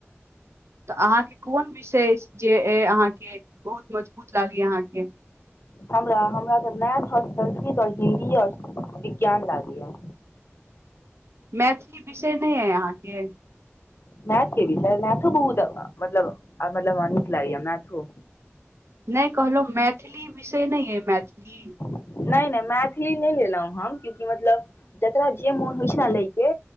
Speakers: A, on the right; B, on the left.
A: तऽ अहाँके कोन विषय अछि जे अइ अहाँके बहुत मजबूत लगैए अहाँके
B: हमरा हमरा तऽ मैथ आओर संस्कृत आओर हिन्दी आओर विज्ञान लागैया
A: मैथिली विषय नय अइ अहाँके
B: मैथ के विषय मैथो बहुत मतलब मतलब नीक लागैया मैथो
A: नहि कहलहुँ मैथिली विषय नय अइ मैथिली
B: नय नय मैथिली नै लेलहुँ हम क्याकि मतलब जकरा जे मोन होइ छै ने लयके